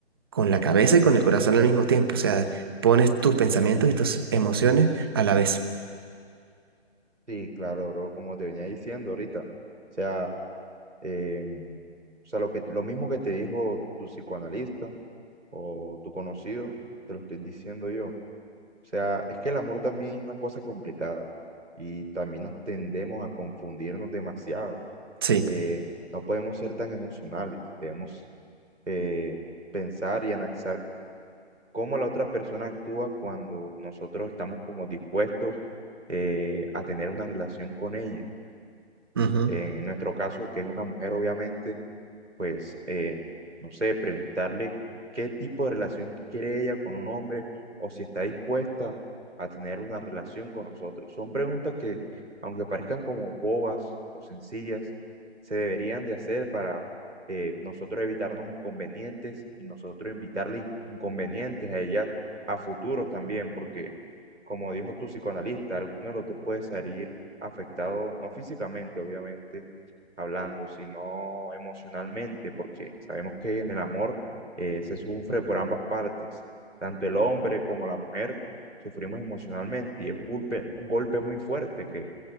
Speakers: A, on the right; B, on the right.
A: con la cabeza y con el corazón al mismo tiempo. O sea, pones tus pensamientos y tus emociones a la vez.
B: sí, claro, bro, como te venía diciendo ahorita. O sea, eh, o sea, lo que, lo mismo que te dijo tu psicoanalista, o tu conocido, te lo estoy diciendo yo. O sea, es que el amor también es una cosa complicada y también nos tendemos a confundirnos demasiado.
A: Sí.
B: Eh, no podemos ser tan emocionales, debemos eh, pensar y analizar cómo la otra persona actúa cuando nosotros estamos como dispuestos eh, a tener una relación con ella.
A: Ujú.
B: En nuestro caso, que es una mujer, obviamente pues, eh, no sé, preguntarle qué tipo de relación quiere ella con un hombre o si está dispuesta a tener una relación con nosotros. Son preguntas que, aunque parezcan como bobas o sencillas, se deberían de hacer para eh, nosotros evitarnos inconvenientes y nosotros invitarle inconvenientes a ella a futuros también, porque, como dijo tu psicoanalista, alguno de los dos puede salir afectado, no físicamente, obviamente, hablando, sino emocionalmente, porque sabemos que en el amor eh, se sufre por ambas partes, tanto el hombre como la mujer sufrimos emocionalmente y es un golpe, un golpe muy fuerte que,